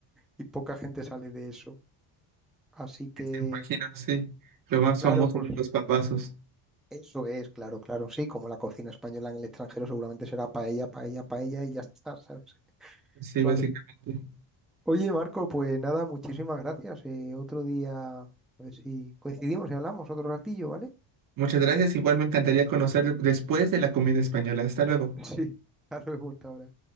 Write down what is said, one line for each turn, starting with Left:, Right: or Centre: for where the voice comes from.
Centre: Y poca gente sale de eso. Así que,
Right: te imagino, sí. Lo más
Centre: claro,
Right: famoso
Centre: pues
Right: de los papazos.
Centre: eso es, claro, claro, sí, como la cocina española en el extranjero seguramente será paella, paella, paella y ya está, <laughs> ¿sabes?
Right: Sí,
Centre: Vale.
Right: básicamente.
Centre: Oye, Marco, pues nada, muchísimas gracias. eh, otro día, a ver si coincidimos y hablamos otro ratillo, ¿vale?
Right: Muchas gracias. Igual me encantaría conocer después de la comida española. Hasta luego.
Centre: <laughs> Sí. Hasta luego, hasta ahora.